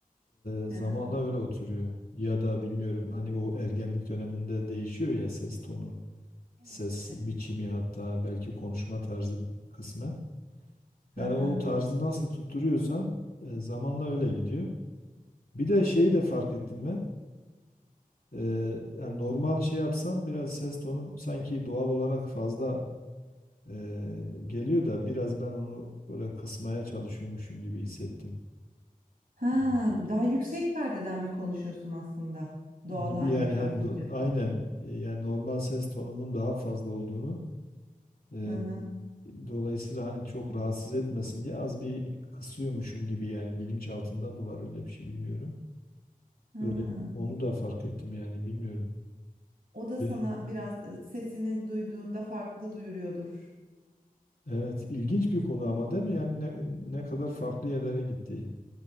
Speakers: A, on the left; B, on the right.
A: e, zamanla
B: Hı hı.
A: öyle oturuyor. Ya da bilmiyorum hani o ergenlik döneminde değişiyor ya ses tonu,
B: Evet,
A: ses
B: evet.
A: biçimi hatta belki konuşma tarzı kısmen.
B: Hı
A: Yani
B: hı.
A: o tarzı nasıl tutturuyorsan e, zamanla öyle gidiyor. Bir de şeyi de fark ettim ben. E, yani normal şey yapsam biraz ses tonum sanki doğal olarak fazla e, geliyor da biraz ben onu böyle kısmaya çalışıyormuşum gibi hissettim.
B: Ha,
A: Yani
B: daha yüksek perdeden mi konuşuyorsun aslında? Doğal
A: gibi
B: haline
A: yani
B: bırakınca.
A: hani do- aynen e, yani normal ses tonumun daha fazla olduğunu e,
B: Hı hı.
A: dolayısıyla hani çok rahatsız etmesin diye az bir kısıyormuşum gibi yani bilinç altında mı var öyle bir şey bilmiyorum.
B: Ha.
A: Öyle, onu da fark ettim yani bilmiyorum.
B: O da
A: De,
B: sana biraz e, sesini duyduğunda farklı duyuruyordur.
A: evet ilginç bir konu ama değil mi? Yani ne, ne kadar farklı yerlere gitti.